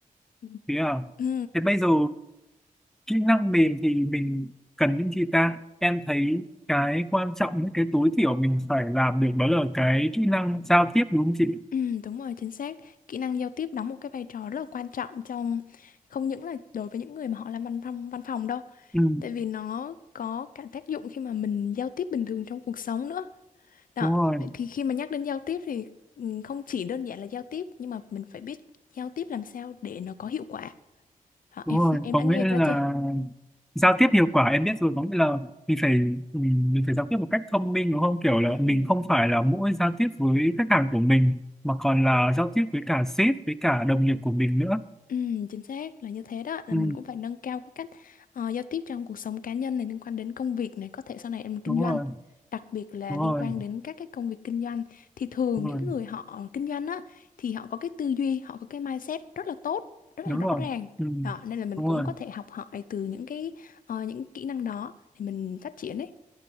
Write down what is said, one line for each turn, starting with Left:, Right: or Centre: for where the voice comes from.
Left: Ừ.
Centre: Thế à?
Left: Ừ,
Centre: Thế bây giờ kỹ năng mềm thì mình cần những gì ta? Em thấy cái quan trọng những cái tối thiểu mình phải làm được đó là cái kỹ năng giao tiếp đúng không chị?
Left: ừ, đúng rồi, chính xác. Kỹ năng giao tiếp đóng một cái vai trò rất là quan trọng trong không những là đối với những người mà họ làm văn phòng văn phòng đâu,
Centre: Ừ,
Left: tại vì nó có cả tác dụng khi mà mình giao tiếp bình thường trong cuộc sống nữa. Đó,
Centre: đúng rồi,
Left: vậy thì khi mà nhắc đến giao tiếp thì ừ, không chỉ đơn giản là giao tiếp nhưng mà mình phải biết giao tiếp làm sao để nó có hiệu quả. Đó,
Centre: đúng
Left: em
Centre: rồi.
Left: em
Centre: Có
Left: đã
Centre: nghĩa
Left: nghe
Centre: là
Left: cái đó chưa?
Centre: giao tiếp hiệu quả em biết rồi. Có nghĩa là mình phải mình, mình phải giao tiếp một cách thông minh đúng không? Kiểu là
Left: Ừ.
Centre: mình không phải là mỗi giao tiếp với khách hàng của mình mà còn là giao tiếp với cả sếp, với cả đồng nghiệp của mình nữa.
Left: Ừ, chính xác là như thế đó là
Centre: Ừ,
Left: mình cũng phải nâng cao cái cách ờ, giao tiếp trong cuộc sống cá nhân này liên quan đến công việc này có thể sau này em kinh
Centre: đúng
Left: doanh
Centre: rồi,
Left: đặc biệt là
Centre: đúng
Left: liên
Centre: rồi,
Left: quan đến các cái công việc kinh doanh thì thường
Centre: đúng
Left: những
Centre: rồi,
Left: cái người họ kinh doanh á thì họ có cái tư duy họ có cái mindset rất là tốt rất
Centre: đúng
Left: là rõ
Centre: rồi.
Left: ràng
Centre: Ừ,
Left: đó nên là mình
Centre: đúng
Left: cũng
Centre: rồi.
Left: có thể học hỏi từ những cái ờ, những kỹ năng đó thì mình phát triển đấy